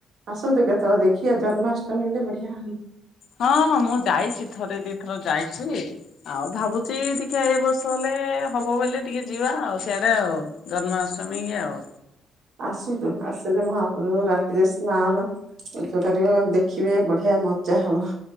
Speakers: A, on the right (about 65°); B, on the left (about 70°).
A: ଆସନ୍ତୁ କେତେବେଳେ ଦେଖିବା ଜନ୍ମାଷ୍ଟମୀ ହେଲେ ବଢିଆ ହୁ।
B: ହଁ ହଁ ମୁଁ ଯାଇଛି ଥରେ ଦିଥର ଯାଇଛି ଆଉ ଭାବୁଛି ଟିକେ ଏ ବର୍ଷ ହେଲେ ହବ ବୋଇଲେ ଟିକେ ଯିବା ଆଉ ସିଆଡେ ଆଉ ଜନ୍ମାଷ୍ଟମୀ ଇ ଆଉ
A: ଆସନ୍ତୁ ଆସିଲେ ମହାପ୍ରଭୁ ରାତିରେ ସ୍ନାନ ପୂଜା କରିବେ ଦେଖିବେ ବଢିଆ ମଜା ହବ